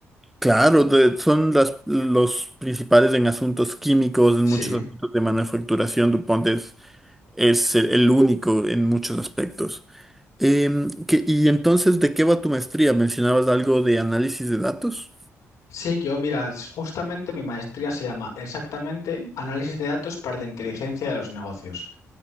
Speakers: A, in the centre; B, on the left.
A: Claro, de- son las, los principales en asuntos químicos, en
B: Sí.
A: muchos aspectos de manufacturación. DuPont es, es el, el único en muchos aspectos. Em, que- y entonces, ¿de qué va tu maestría? ¿Mencionabas algo de análisis de datos?
B: Sí, yo, mira, es- justamente mi maestría se llama exactamente Análisis de datos para la inteligencia de los negocios.